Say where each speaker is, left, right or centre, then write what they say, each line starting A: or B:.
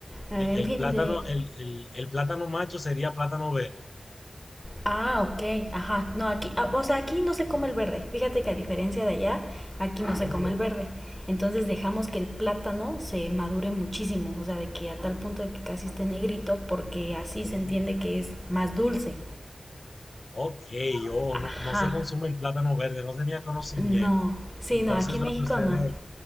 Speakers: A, in the centre; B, on the left.
A: Eh,
B: El,
A: en
B: el
A: fin,
B: plátano,
A: de...
B: el, el- el plátano macho sería plátano verde.
A: Ah, ok, ajá. No, aquí, ah, o sea, aquí no se come el verde. Fíjate que a diferencia de allá, aquí no se
B: Oh,
A: come el verde. Entonces dejamos que el plátano se madure muchísimo, o sea, de que a tal punto de que casi esté negrito, porque así
B: oh,
A: se entiende que es más dulce.
B: ok, oh,
A: Ajá,
B: no, no se consume el plátano verde, no tenía conocimiento.
A: no. Sí,
B: Entonces
A: no, aquí en
B: lo
A: México
B: que ustedes,
A: no.